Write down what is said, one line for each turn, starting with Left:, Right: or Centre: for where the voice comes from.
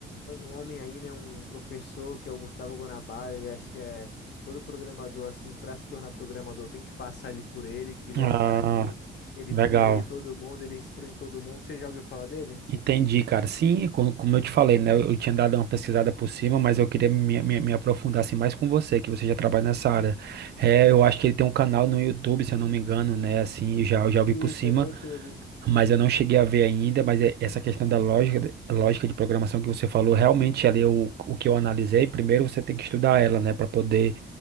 Left: um homem aí, né? Um professor que é o Gustavo Guanabara, ele acha que é todo programador, assim, para se tornar programador tem que passar ali por ele, que ele
Right: Ah,
Left: é um cara que ele
Right: legal.
Left: trilha ali todo mundo, ele instrui em todo mundo. Você já ouviu falar dele?
Right: Entendi, cara. Sim, co- como eu te falei, né? Eu tinha dado uma pesquisada por cima, mas eu queria me, me, me aprofundar assim, mais com você, que você já trabalha nessa área. É, eu acho que ele tem um canal no YouTube, se eu não me engano, né? Assim, já, eu já vi
Left: Isso,
Right: por cima.
Left: é no YouTube.
Right: Mas eu não cheguei a ver ainda, mas é- essa questão da lógica, de- lógica de programação que você falou, realmente ali o, o que eu analisei, primeiro você tem que estudar ela, né, para poder